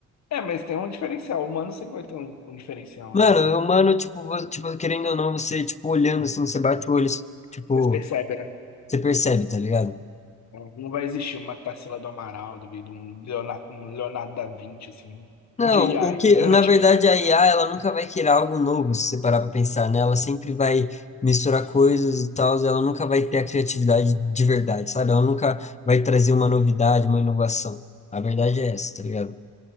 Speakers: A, on the left; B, on the left.
A: É, mas tem um diferencial. O humano sempre vai ter um um diferencial,
B: Mano,
A: né?
B: humano, tipo, vo- tipo, querendo ou não, você, tipo, olhando, assim, você bate o olho, tipo,
A: Vocês percebem, né?
B: você percebe, tá ligado?
A: Não vai existir uma Tarsila do Amaral, duvido, um Leonardo, um Leonardo da Vinci, assim,
B: Não,
A: de IA,
B: o
A: entendeu?
B: que, na
A: <laughs> Tipo,
B: verdade, a IA, ela nunca vai criar algo novo, se você parar para pensar, né? Ela sempre vai misturar coisas e tal, ela nunca vai ter a criatividade de verdade, sabe? Ela nunca vai trazer uma novidade, uma inovação. A verdade é essa, tá ligado?